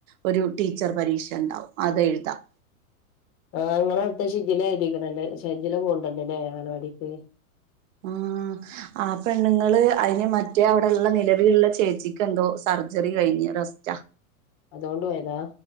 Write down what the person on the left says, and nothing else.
ആഹ് നിങ്ങളടുത ഷിജില എഴ്തിക്കണല്ലേ ഷിജില പോണ്ടലല്ലെ അംഗനവാടിക്ക്
അതോണ്ട് പോയതാ